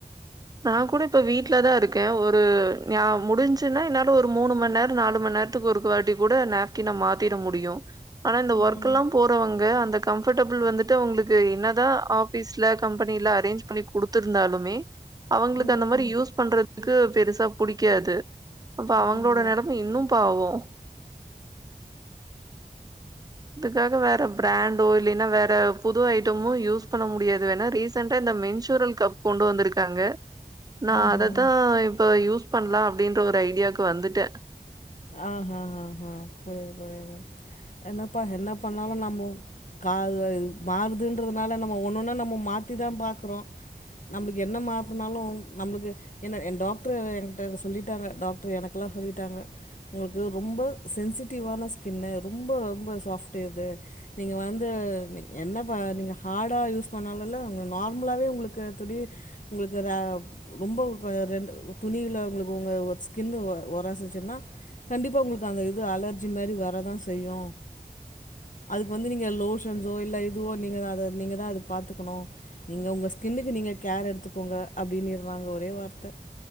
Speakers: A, on the right (about 25°); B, on the left (about 55°).
A: நான் கூட இப்ப வீட்ல தான் இருக் ன் ஒரு ந முடிஞ்சுன்னா என்னால ஒரு மூணு மணி நேரம் நாலு மணி நேரத்துக்கு ஒரு வாட்டி கூட நாப்கின மாத்திட முடியு ஆனா இந்த
B: ம்
A: ஒர்க் எல்லாபோறவங்க அந்த கம்ப கபர்டபுள் வந்துட்டு அவங்களுக்கு என்னதான் ஆபீஸ்ல கம்பெனில அரேஞ்ச் பண்ணி கொடுத்தருந்தாலுமே அவங்களுக்கு
B: ம்
A: அந்த மாதிரி யூஸ் பண்றதுக்கு பெருச புடிக்காது அப்ப அவங்களோட
B: ஆமா
A: நிலைமை இன்னும் பாவோம் இதுக்காக வேற பிராண்டோ இல்லைன்னா வேற புது ஐட்டமும் யூஸ் பண்ண முடியாது வேணா ரீசன்டா இந்த மென்சூரல் கப் கொண்டு வந்திருக்காங்க நா
B: ஆஹா
A: அததா இப்ப யூஸ் பண்லா அப்டின்ற ஒரு ஐடியாக்கு வந்துட்டே
B: ஆஹா ஹாஹா புரியுது புரியுது என்னப்பா என்ன பண்ணாலு நம்மொ காவ் ஆ மாறுதுன்றதுனால நம்ம ஒண்ணொன்னா நம்ம மாத்திதா பாக்குறோ நம்ளுக்கு என்ன மாத்துனாலு நம்ளுக்கு என்ன டாக்ட்ரு என்ட்ட இத சொல்லிட்டாங்க டாக்ட்ரு எனக்குலா சொல்லிட்டாங்க உங்கள்க்கு ரொம்ப சென்சிட்டிவ்வான ஸ்கின்னு ரொம்ப ரொம்ப சாஃப்ட்டு இது நீங்க வந்து என்ன ப நீங்க ஹார்டா யூஸ் பண்ணாலல்ல உங்க நார்மலாவே உங்களுக்கு துணி உங்களுக்கு ர ரொம்ப ரெண்டு துணில உங்களுக்கு உங்க ஸ்கின் ஒராசுச்சின்னா கண்டிப்பா உங்களுக்கு அந்த இது அலர்ஜி மாரி வரதா செய்யு அதுக்கு வந்து நீங்க லோஷன்ஸோ இல்லை இதுவோ நீங்க அத நீங்க தா அத பாத்துக்கணு நீங்க உங்க ஸ்கின்னுக்கு நீங்க கேர் எடுத்துக்கோங்க அப்டின்னிற்றாங்க ஒரே வார்த்த